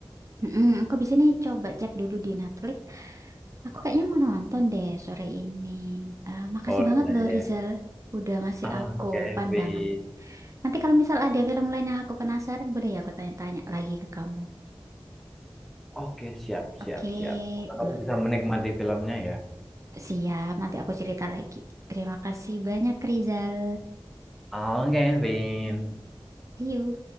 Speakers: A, on the right (about 35°); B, in the centre.
A: Mm, aku habis ini coba cek dulu di Netflix. Aku kayaknya mau nonton deh sore ini. Ah, makasih
B: Boleh.
A: banget loh Rizal, udah ngasih
B: Oke,
A: aku pandangan.
B: Vin.
A: Nanti kalau misal ada film lain yang aku penasaran, boleh ya aku tanya-tanya lagi ke kamu.
B: Oke, siap,
A: Oke,
B: siap, siap. Semoga
A: mm.
B: kamu bisa menikmati filmnya ya.
A: Siap, nanti aku cerita lagi. Terima kasih banyak, Rizal.
B: Oke, Vin.
A: See you.